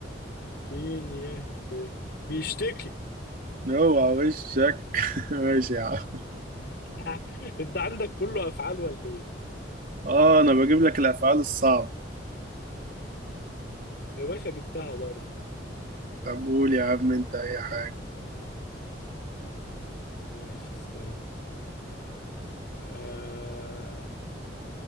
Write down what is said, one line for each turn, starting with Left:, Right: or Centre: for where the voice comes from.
Left: ش ي ب بيشتكي
Right: اوعى وشك <laughs> ماشي يا عم
Left: <laughs> انت عندك كله افعال ولا ايه
Right: اه انا بجيب لك الافعال الصعبة
Left: يا باشا جبتها برضه
Right: طب قول يا عم انت اي حاجة
Left: ماشي استنى آه...